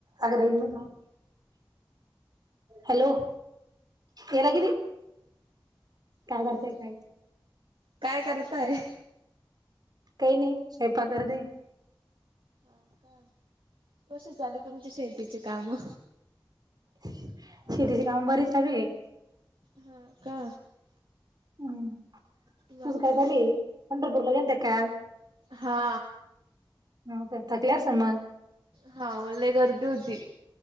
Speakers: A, on the right; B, on the right.
A: अग रेंज मधे. हॅलो. याला किती काय
B: हा
A: करताय
B: हा.
A: काय.
B: काय करताय?
A: काही नाही स्वयंपाक करते.
B: हाका कसे चाले तुमची शेतीचे काम
A: शेतीचि काम बरे चालू आहे.
B: हा का
A: हम्म
B: बाकी
A: तुझं काय चालू हे पंढरपूरला गेलत्या काय आज.
B: हा
A: हाव काय थकल्या असणं मग.
B: हा मग लय गर्दी होती.